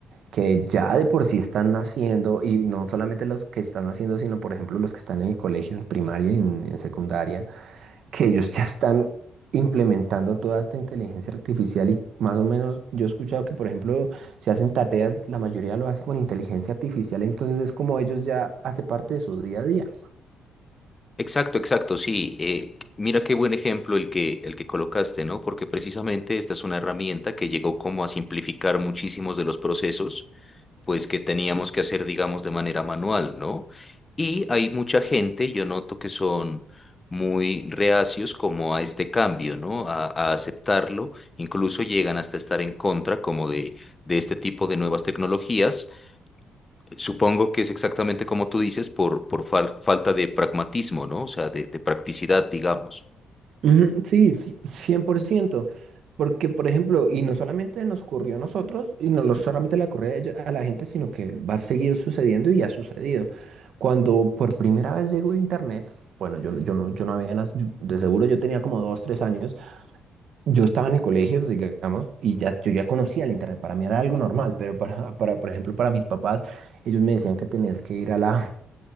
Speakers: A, on the right; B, on the left.
A: que ya de por sí están naciendo, y no solamente los que están naciendo, sino, por ejemplo, los que están en el colegio, en primaria y en, en secundaria, que ellos ya están implementando toda esta inteligencia artificial y más o menos yo he escuchado que, por ejemplo, si hacen tareas, la mayoría lo hacen con inteligencia artificial, entonces es como ellos ya hace parte de su día a día.
B: Exacto, exacto, sí. eh, mira qué buen ejemplo el que, el que colocaste, ¿no? Porque precisamente esta es una herramienta que llegó como a simplificar muchísimos de los procesos, pues que teníamos que hacer, digamos, de manera manual, ¿no? Y hay mucha gente, yo noto que son muy reacios como a este cambio, ¿no? A, a aceptarlo, incluso llegan hasta estar en contra como de, de este tipo de nuevas tecnologías Supongo que es exactamente como tú dices, por, por fal- falta de pragmatismo, ¿no? O sea, de, de practicidad, digamos.
A: Ujú, Sí, sí, 100%. Porque, por ejemplo, y no solamente nos ocurrió a nosotros, y no lo- solamente le ocurrió a ello- a la gente, sino que va a seguir sucediendo y ha sucedido. Cuando por primera vez llegó Internet, bueno, yo, yo no, yo no había, nas- de seguro yo tenía como dos, tres años, yo estaba en el colegio, digamos, y ya, yo ya conocía el Internet, para mí era algo normal, pero para, para, por ejemplo, para mis papás, ellos me decían que tener que ir a la,